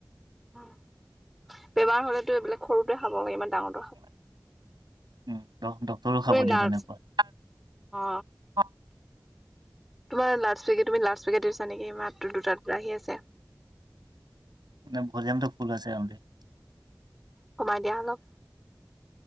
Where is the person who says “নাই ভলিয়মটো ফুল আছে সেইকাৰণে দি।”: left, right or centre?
Right